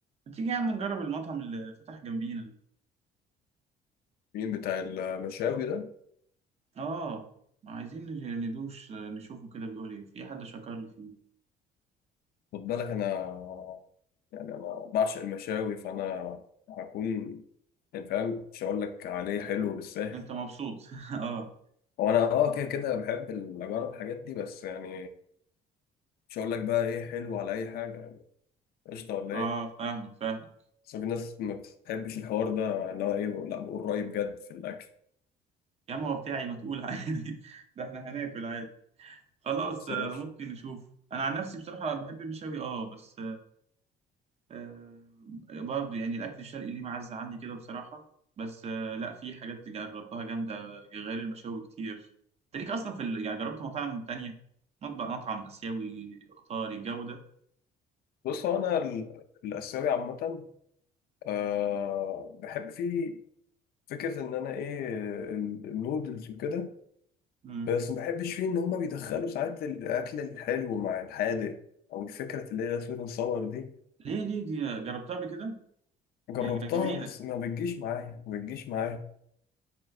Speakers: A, on the right (about 40°); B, on the left (about 65°).
A: ما تيجي يا عم نجرب المطعم اللي فتح جنبينا
B: مين بتاع المشاوي ده
A: اه عايزين نج- ندوش نشوفه كده بيقول ايه في حد شكر لي فيه
B: خد بالك انا يعني انا بعشق المشاوي فانا هكون يعني فاهم مش هقول لك عليه حلو بالسهل
A: انت مبسوط <laughs> اه
B: هو انا اه كده كده بحب ال- اجرب الحاجات دي بس يعني مش هقول لك بقى ايه حلو على اي حاجه يعني قشطه ولا
A: اه
B: ايه
A: فاهمك فاهمك
B: بس في ناس ما بتحبش الحوار ده اللي هو ايه بقول- لا بقول رايي بجد في الاكل
A: يا عم هو بتاعي ما تقول عادي <laughs> ده احنا هناكل عادي خلاص
B: بس
A: آه،
B: ماشي
A: ممكن نشوف انا عن نفسي بصراحة بحب المشاوي اه بس آه، برضو يعني الأكل الشرقي ليه معزة عندي كده بصراحة بس آه، لا في حاجات جربتها جامدة غير المشاوي كتير انت ليك أصلا في ال... يعني جربت مطاعم تانية مطبخ مطعم آسيوي إيطالي الجو ده
B: بص هو انا ال- الاسيوي عامه آه بحب فيه فكره ان انا ايه ال- النودلز وكده
A: مم.
B: بس ما بحبش فيه إن هما بيدخلوا ساعات الأكل الحلو مع الحادق أو الفكرة اللي هي سويت مصور دي
A: ليه ليه دي جربتها قبل كده
B: جربتها
A: دي ج- جميلة
B: بس ما بتجيش معايا ما بتجيش معايا